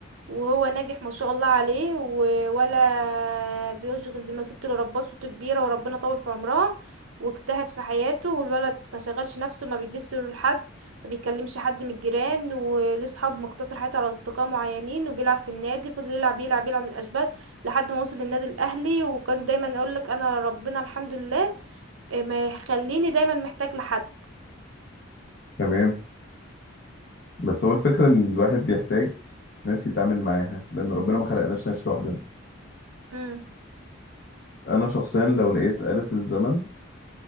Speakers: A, on the right; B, on the left.
A: وهو ناجح ما شاء الله عليه و- ولا بيشغل دماغه ست اللي ربته ست كبيرة وربنا طول في عمرها واجتهد في حياته والولد ما شغلش نفسه ما بيديش سره لحد ما بيكلمش حد من الجيران وليه صحاب مقتصر حياته على أصدقاء معينين وبيلعب في النادي فضل يلعب يلعب يلعب من الأشبال لحد ما وصل للنادي الأهلي وكان دايما أقول لك أنا ربنا الحمد لله إيه ما يخليني دايما محتاج لحد
B: تمام بس هو الفكرة ان الواحد بيحتاج ناس يتعامل معاها لان ربنا ما خلقناش نعيش لوحدنا
A: امم
B: انا شخصيا لو لقيت آلة الزمن